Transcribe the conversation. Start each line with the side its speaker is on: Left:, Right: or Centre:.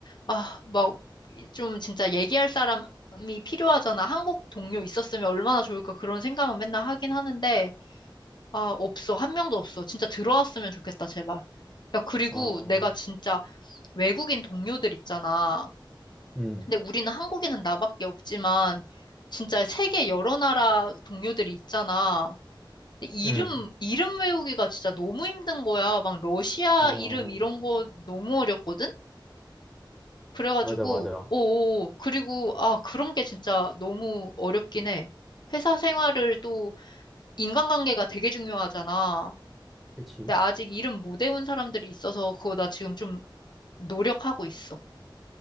Left: 아, 막, 이- 좀 진짜 얘기할 사람이 필요하잖아. 한국 동료 있었으면 얼마나 좋을까 그런 생각은 맨날 하긴 하는데, 아, 없어. 한 명도 없어. 진짜 들어왔으면 좋겠다, 제발. 야, 그리고
Centre: 아,
Left: 내가 진짜 외국인 동료들 있잖아.
Centre: 음,
Left: 근데 우리는 한국에는 나밖에 없지만 진짜 세계 여러 나라 동료들이 있잖아. 근데 이름
Centre: 음,
Left: 이름 외우기가 진짜 너무 힘든 거야. 막 러시아
Centre: 아,
Left: 이름 이런 거 너무 어렵거든. 그래가지고
Centre: 맞아, 맞아.
Left: 오 오, 그리고 아 그런 게 진짜 너무 어렵긴 해. 회사 생활을 또 인간관계가 되게 중요하잖아.
Centre: 그렇지.
Left: 근데 아직 이름 못 외운 사람들이 있어서 그거 나 지금 좀 노력하고 있어.